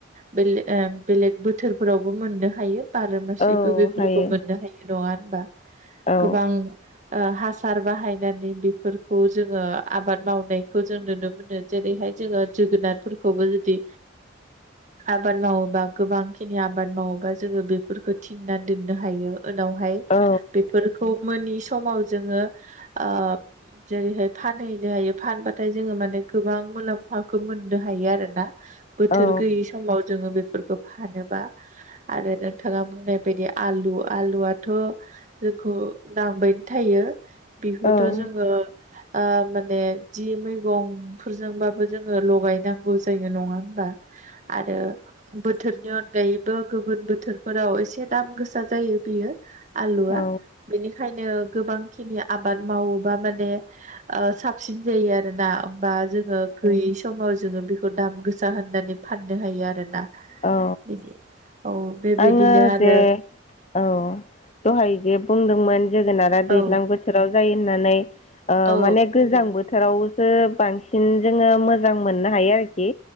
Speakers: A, on the right; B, on the left.
A: बे ले ओम बेलेग बोथो सोरफोरावबो मोननो हायो बार मासेबो
B: औ
A: बेफोरखौ
B: हायो
A: मोननो हायो नङा होनबा
B: औ
A: गोबां ओ हासार बाहायनानै बेफोरखौ जोङो आबाद मावनायखौ जों नुनो मोनो जेरैहाय जोङो जोगोनारफोरखौबो जुदि आबाद मावोबा गोबां खिनि आबाद मावोबा जोङो बेफोरखौ थिनना दोननो हायो। उनावहाय
B: औ
A: बेफोरखौ मोननि समाव जोङो ओह जेरैहाय फानहैनो हायो फानबाथाय जोङो माने गोबां मुलाम्फाखौ मोननो हायो आरोना बोथोर
B: औ
A: गैयि समाव जोङो बे फोरखौ फानोबा आरो नोंथाङा बुंनाय बायदि आलु आलुआथ' खौ नांबाय थायो बेखौथ'
B: औ
A: जोङो ओ माने जि मैगंफोरजोंबाबो जोङो लगायनांगौ जायो नङा होनबा आरो बोथोर अनगायैबो गुबुन बोथोरफोराव एसे दाम गोसा जायो बेयो आलुआ
B: औ
A: बेनिखायनो गोबां खिनि आबाद मावोबा माने ओ साबसिन जायो आरोना होमबा जोङो गैयै समाव जोङो बेखौ दाम गोसा होननानै फाननो हायो आरोना
B: औ
A: बिदि औ बेबायदिनो
B: आङो
A: आरो
B: जे औ दहाय जे बुंदोंमोन जोगोनारा दैज्लां
A: औ
B: बोथोराव जायो होननानै ओ
A: औ
B: माने गोजां बो थोरावसो बांसिन जोङो मोजां मोननो हायो आरोखि